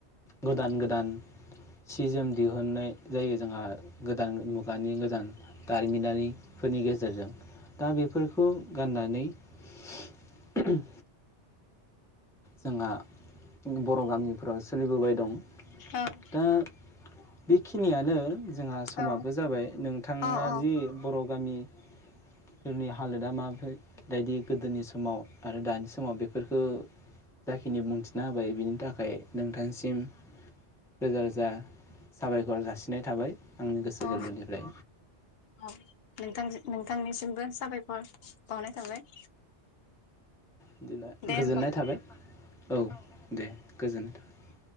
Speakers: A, in the centre; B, on the left.
A: गोदान गोदान सि जोम दिहुनन्नाय जायो जोंहा गोदान मुगानि गोदान दारिमिनारिफोरनि गेजेरजों। दा बेफोरखौ गाननानै ओहोम जोंहा बर गामिफोराव सोलिबोबाय दं।
B: औ औ
A: दा बेखिनियानो जोंहा समाबो
B: औ
A: जाबाय नोंथाङा
B: औ औ
A: जि बर गामिफोरनि हालोदा माफोरबायदि गोदोनि समाव आरो दानि समाव बेफोरखो जाखिनि बुंथिना होबाय बिनि थाखाय नोंथांसिम रोजा रोजा साबायखर जासिनाय थाबाय। आंनि गोसो
B: अ
A: गोरबोनिफ्राय
B: अ नोंथांन नोंथांनिसिमबो साबायखर बावनाय थाबाय
A: बिदिब्ला
B: दे
A: गोजोननाय
B: होमबा
A: थाबाय औ दे गोजोननाय थाबाय ।